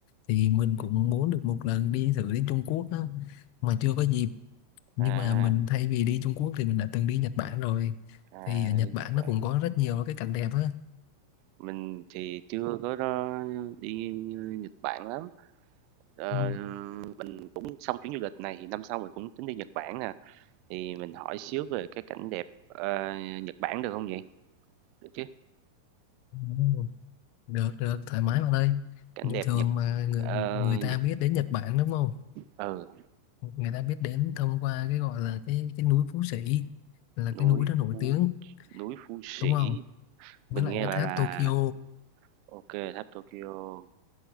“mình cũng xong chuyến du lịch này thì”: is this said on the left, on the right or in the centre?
Right